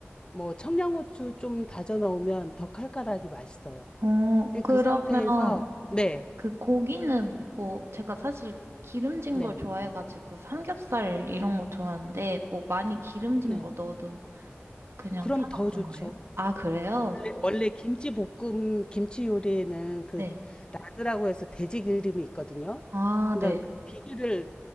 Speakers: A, on the left; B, on the right.
A: 뭐 청양고추 좀 다져 넣으면 더 칼칼하니 맛있어요.
B: 어, 그러면
A: 그 상태에서, 네,
B: 그 고기는 뭐 제가 사실 기름진
A: 네,
B: 걸 좋아해가지고 삼겹살 이런 거 좋아하는데 뭐 많이 기름진
A: 네.
B: 거 넣어도 그냥
A: 그럼
B: 상관없는
A: 더 좋죠.
B: 거예요? 아, 그래요?
A: 원래, 원래 김치 볶음, 김치 요리에는 그
B: 네.
A: 라드라고 해서 돼지 기름이 있거든요.
B: 아,
A: 그러니까
B: 네,
A: 그 비기를